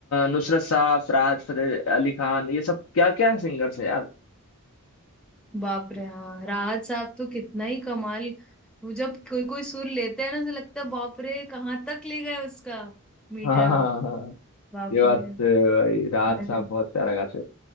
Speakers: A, on the left; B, in the centre.
A: नुसरत साहब फरहाद फर- अली खान ये सब क्या क्या सिंगर्स है यार
B: बाप रे हाँ राहत साहब तो कितना ही कमाल वो जब कोई कोई सुर लेते हैं ना तो लगता है बाप रे कहाँ तक ले गए उसका मीटर
A: हाँ हाँ
B: वो
A: हाँ
B: बाप
A: ये बात
B: रे
A: तो है भाई राहत
B: मजे
A: साहब बहुत प्यारा गाते थे।